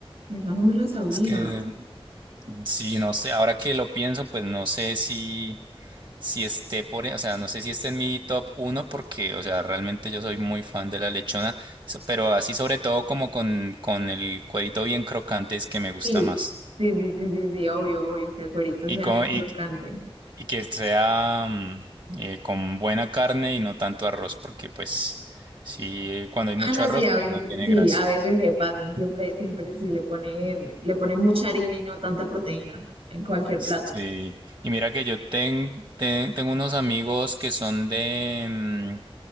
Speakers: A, on the right (about 80°); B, on the right (about 50°).
A: esa no me la sabía.
B: Es que, mm, sí, no sé, ahora que lo pienso, pues no sé si, si esté por, e, o sea, no sé si esté en mi top uno, porque, o sea, realmente yo soy muy fan de la lechona, so- pero así sobre todo como con, con el cuerito bien crocante es que me gusta
A: Sí,
B: más.
A: sí, sí, sí, sí, sí, obvio, obvio, que el cuerito
B: Y
A: sea
B: con,
A: bien crocante.
B: y, y que sea mm, eh, con buena carne y no tanto arroz, porque pues si cuando hay
A: Ah,
B: mucho
A: no,
B: arroz
A: sí, a veces,
B: no tiene
A: sí,
B: gracia.
A: a veces se pasan, siempre, siempre sí le ponen, le ponen mucha harina y no tanta proteína en cualquier
B: Sí,
A: plato.
B: y mira que yo ten- ten- tengo unos amigos que son de, mm,